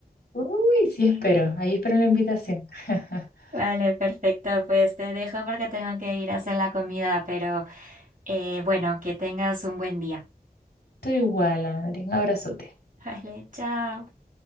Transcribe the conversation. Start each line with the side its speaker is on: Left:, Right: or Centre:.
Left: Uy, sí, espero, ahí espero la invitación. <laughs>
Right: Vale, perfecto. Pues te dejo porque tengo que ir a hacer la comida, pero eh, bueno, que tengas un buen día.
Left: Estoy igual, Adri. Un abrazote.
Right: <laughs> Vale, chao.